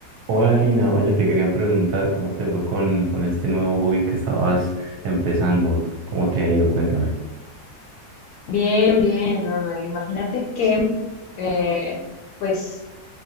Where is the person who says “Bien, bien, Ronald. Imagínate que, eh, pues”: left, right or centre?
Left